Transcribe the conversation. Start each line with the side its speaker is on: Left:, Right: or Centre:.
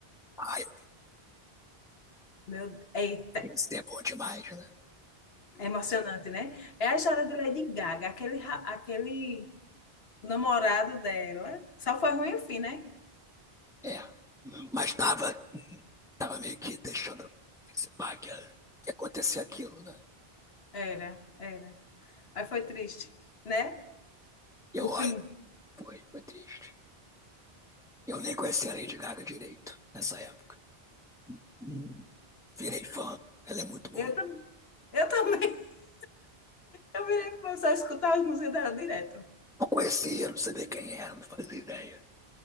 Centre: Ah, eu,
Left: Meu, eita,
Centre: isso é bom demais, né?
Left: é emocionante, né? É a história de Lady Gaga, aquele, ra- aquele namorado dela. Só foi ruim o fim, né?
Centre: É. hum, Mas tava, tava meio que deixando antecipar que ia que ia acontecer aquilo, né?
Left: Era, era. Aí foi triste, né?
Centre: E eu
Left: O
Centre: olho,
Left: fim.
Centre: foi, foi triste. Eu nem conhecia a Lady Gaga direito nessa época. Hum, Virei fã, ela é muito boa.
Left: Eu, tam- eu também. <laughs> Eu virei pra só escutar as músicas dela direto.
Centre: Não conhecia, não sabia quem era, não fazia ideia.